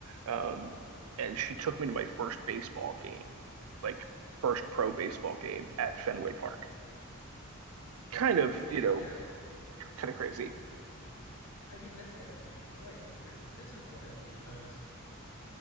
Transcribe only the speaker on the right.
Um, and she took me to my first baseball game, like first pro baseball game at Fenway Park. Kind of,
you know,
kind of crazy.